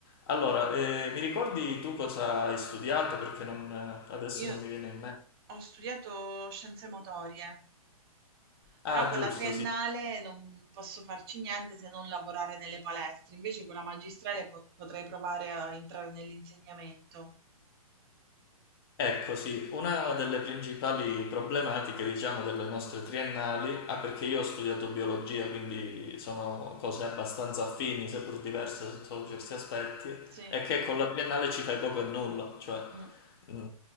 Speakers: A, on the left; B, on the right.
A: Allora, eh, mi ricordi tu cosa hai studiato? Perché non- adesso
B: Io
A: non mi viene in mente.
B: ho studiato scienze motorie, però
A: Ah,
B: con
A: giusto,
B: la triennale
A: sì,
B: non posso farci niente se non lavorare nelle palestre, invece con la magistrale po- potrei provare a entrare nell'insegnamento.
A: Ecco sì, una delle principali problematiche, diciamo, delle nostre triennali, ah perché io ho studiato biologia, quindi sono cose abbastanza affini, seppur diverse sotto certi aspetti,
B: Sì.
A: è che con la triennale ci fai poco e nulla, cioè
B: Mh,
A: mh,